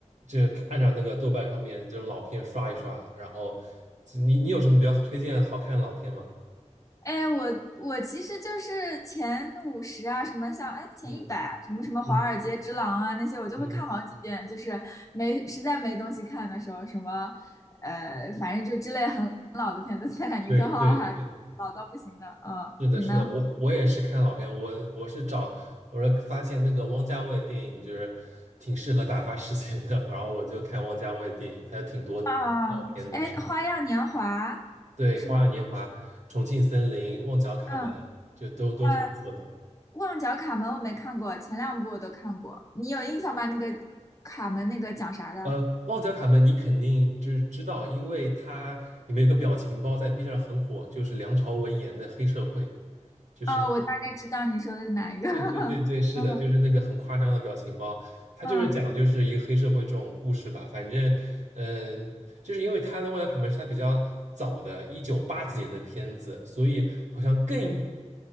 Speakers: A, on the right; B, on the left.
A: 就按照那个豆瓣上面这种老片刷一刷，然后你你有什么比较推荐好看的老片吗？
B: 哎，我我其实就是前五十啊，什么像哎前一百什么什么《华尔街之狼》啊那些，
A: 嗯嗯
B: 我就会看好几遍，
A: 嗯，
B: 就是没实在没东西看的时候，什么呃，反正就之类很老的片子，《泰坦尼克号》还
A: 对对对，
B: <laughs> 老到不行的。嗯，
A: 是的，
B: 你呢？
A: 是的，我我也是看老片，我我是找我是发现那个汪家卫的电影就是挺适合打发时间的，然后我就看汪家卫的电影，他有挺多老片的，
B: 啊，哎，
A: 是的，
B: 《花样年华》
A: 对，
B: 是吗？
A: 《花样年华》《重庆森林》《旺角卡门》，
B: 嗯，
A: 就都都挺不错的。
B: 呃，《旺角卡门》我没看过，前两部我都看过，你有印象吗？那个卡门那个讲啥的？
A: 呃，旺角卡门你肯定就是知道，因为它里面有个表情包在 B 站很火，就是梁朝伟演的黑社会，就是那个
B: 哦，我大概知道你说的是哪一个。
A: 对对对对，
B: <laughs>
A: 是的，
B: 嗯。
A: 就是那个很夸张的表情包，它就是讲就是一个黑社会这种故事吧。
B: 嗯，
A: 反正，嗯、就是因为他的《旺角卡门》是他比较早的，一九八几年的片子，所以好像更